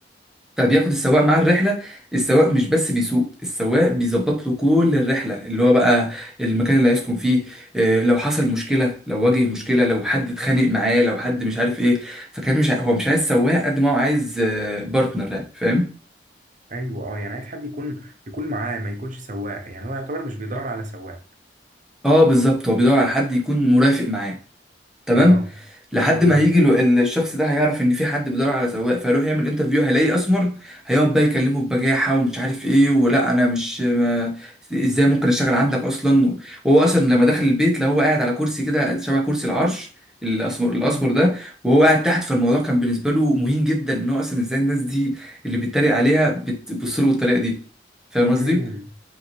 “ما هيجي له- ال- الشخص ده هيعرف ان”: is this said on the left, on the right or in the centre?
Centre